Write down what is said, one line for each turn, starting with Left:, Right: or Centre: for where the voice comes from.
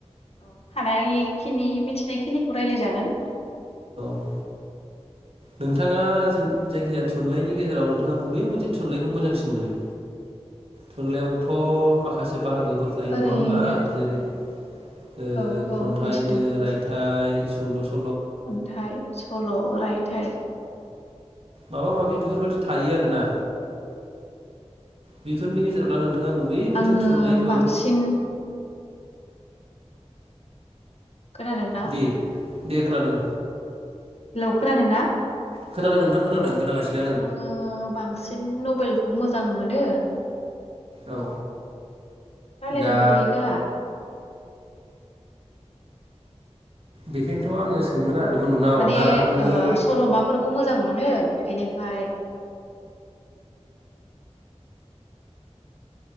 Left: औ हानाय। खिनि मिथिनाय खिनिखौ रायलाय जागोन।
Right: औ नोंथाङा। जों जायिख जाया थुनलाइनि। नि गेजेराव नोंथाङा बबे मोनसे थुनलाइखौ मोजांसिन मोनो। थुनलाइयावथ' माखासे बाहागो। फोर थायो
Left: ओरैनोथ'
Right: नङा होमबा जेरै ओ
Left: औ औ
Right: खन्थाइनो
Left: मिथिदों
Right: रायथाइ। सुंद स।
Left: खन्थाइ सल' रायथाइ।
Right: माबा माबि बेफोर बायदि थायो आरो ना। बेफोरनि गेजेराव दा नोंथाङा बबे मोनसे
Left: आङो
Right: थुनलाइखौ।
Left: बांसिन खोनादोंना।
Right: दे दे खोनादों।
Left: हेलौ खोनादों ना।
Right: खोनादों नोंथां खोनादों
Left: औ
Right: खोनागासिनो
Left: आङो बांसिन। बेलखौ मोजां मोनो।
Right: औ।
Left: राय्लायदेरबाय
Right: दा
Left: थायो गाहा।
Right: बेखायनोथ' आङो। सोंनो नागिरदोंमोन
Left: औ
Right: नोंनाव
Left: माने
Right: दा नोङो
Left: ओ सल'माफोर। मोजां मोनो एनिफाय।